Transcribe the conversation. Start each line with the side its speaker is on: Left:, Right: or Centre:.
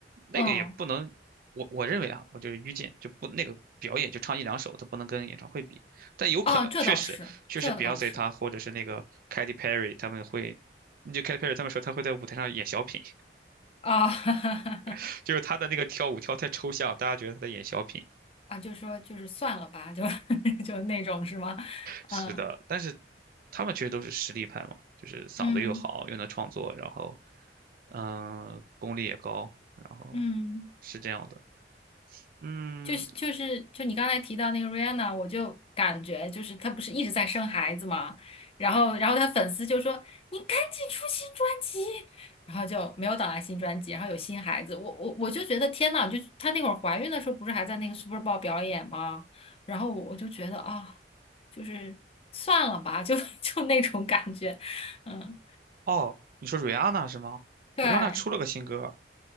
Right: 那个也不能，
Left: 嗯，
Right: 我我认为啊，我就是愚见，就不那个表演就唱一两首，它不能跟演唱会比，但有可能确实确实
Left: 哦，这倒是，这倒是
Right: Beyonce 他或者是那个 Katy Perry 他们会，就 Katy Perry 他们说他会在舞台上演小品，
Left: 啊，<laughs>
Right: <laughs> 就是他的那个跳舞跳太抽象，大家觉得他在演小品。
Left: 啊，就说就是算了吧，就 <laughs> 就那种是吗？
Right: 是的，
Left: 嗯
Right: 但是他们确实都是实力派嘛，就是嗓子又好，
Left: 嗯。
Right: 又能创作，然后嗯、呃功力也高，然后
Left: 嗯，
Right: 是这样的。嗯，
Left: 就是就是就你刚才提到那个 Rihanna，我就感觉就是她不是一直在生孩子嘛，然后然后她粉丝就说你赶紧出新专辑，然后就没有等来新专辑，然后有新孩子，我我我就觉得天呐，就她那会儿怀孕的时候不是还在那个 Super Bowl 表演吗？然后我我就觉得啊，就是算了吧，就 <laughs> 就那种感觉，嗯，
Right: 哦，你说瑞安娜是吗？
Left: 对
Right: 瑞安娜出了个新歌，